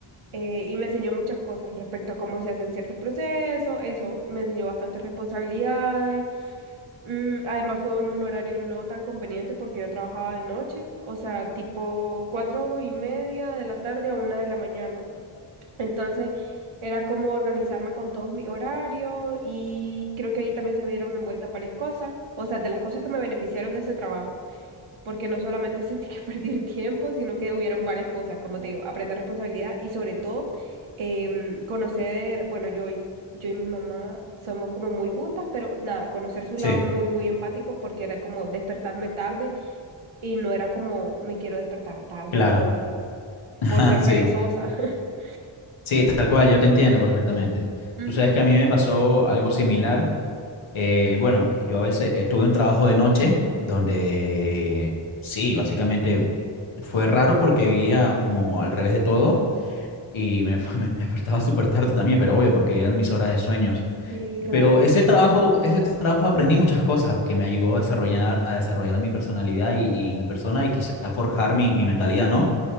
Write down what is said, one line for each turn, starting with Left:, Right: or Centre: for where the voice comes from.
Right: eh, y me enseñó muchas cosas respecto a cómo se hacen ciertos procesos. Eso me enseñó bastantes responsabilidades Mm, además fue en un horario no tan conveniente porque yo trabajaba de noche, o sea, tipo cuatro y media de la tarde a una de la mañana. Entonces era como organizarme con todos mis horarios y creo que ahí también se vieron envueltas varias cosas, o sea, de las cosas que me beneficiaron de ese trabajo porque no solamente <laughs> sentí que perdí el tiempo, sino que hubieron varias cosas, como te digo, aprender responsabilidad y sobre todo em, conocer, bueno, yo, y- yo y mi mamá somos como muy juntas, pero nada, conocer su
Left: sí,
Right: lado muy, muy empático porque era como despertarme tarde y no era como me quiero despertar tarde
Left: claro,
Right: por,
Left: <laughs> Ajá,
Right: por ser
Left: sí,
Right: perezosa. <laughs>
Left: sí, tal cual, yo te entiendo perfectamente.
Right: Ujú.
Left: Tú sabes que a mí me pasó algo similar Eh, bueno, yo a veces estuve un trabajo de noche donde eh, sí, básicamente fue raro porque vivía como al revés de todo y me, <laughs> me despertaba súper tarde también, pero obvio porque eran mis horas de sueños.
Right: Sí, claro.
Left: Pero ese trabajo, ese trabajo aprendí muchas cosas que me ayudó a desarrollar, a desarrollar mi personalidad y, y mi persona y quizás a forjar mi, mi mentalidad, ¿no?